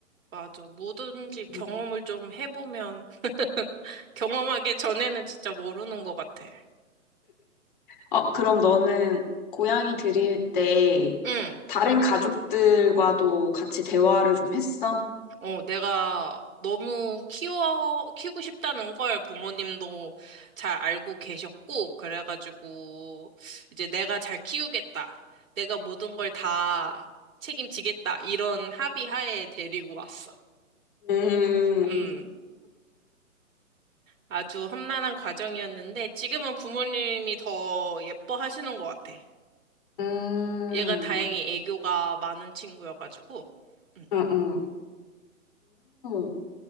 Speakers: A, on the right (about 65°); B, on the left (about 35°).
A: 맞아. 뭐든지 경험을
B: 음.
A: 좀 해보면, <laughs> 경험하기 전에는 진짜 모르는 것 같아.
B: 어, 그럼 너는 고양이 들일 때
A: 응.
B: 다른 가족들과도 같이 대화를 좀 했어?
A: 어, 내가 너무 키워, 키우고 싶다는 걸 부모님도 잘 알고 계셨고, 그래가지고, 이제 내가 잘 키우겠다. 내가 모든 걸 다 책임지겠다. 이런 합의하에 데리고 왔어.
B: 음.
A: 음, 아주 험난한 과정이었는데, 지금은 부모님이 더 예뻐하시는 것 같아.
B: 음,
A: 얘가 다행히 애교가 많은 친구여가지고. 음.
B: 응, 응. 음,